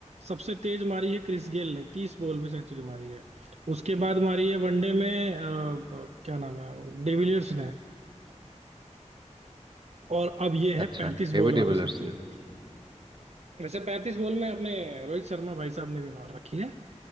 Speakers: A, on the right (about 60°); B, on the right (about 35°).
A: सबसे तेज मारी है क्रिस गेल ने तीस बॉल में सेंचुरी मारी है उसके बाद मारी है वनडे में अ, क्या नाम है डिविलियर्स ने और अब ये है
B: अच्छा
A: पैंतीस
B: एबी
A: बॉल वाला
B: डिविलियर्स
A: सेंचुरी
B: ने
A: वाला वैसे पैंतीस बॉल में अपने रोहित शर्मा भाई साहब ने भी मार रखी है